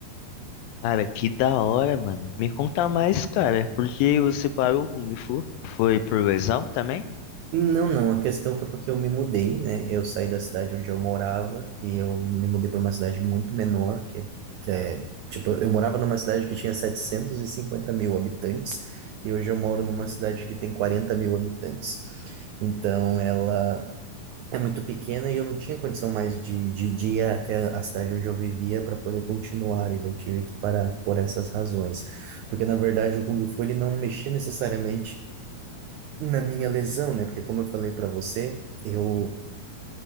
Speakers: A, on the left; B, on the right.
A: Cara, que da hora, mano. Me conta mais, cara, porque você parou com o Kung Fu? Foi por lesão também?
B: Não, não, a questão foi porque eu me mudei, né? Eu saí da cidade onde eu morava e eu me mudei para uma cidade muito menor, que, que é, tipo, eu morava numa cidade que tinha 750 mil habitantes e hoje eu moro numa cidade que tem 40 mil habitantes. Então, ela é muito pequena e eu não tinha condição mais de, de, de ir até a cidade onde eu vivia para poder continuar, e daí eu tive que parar por essas razões. Porque, na verdade, o Kung Fu ele não mexia necessariamente na minha lesão, né? Porque, como eu falei para você, eu.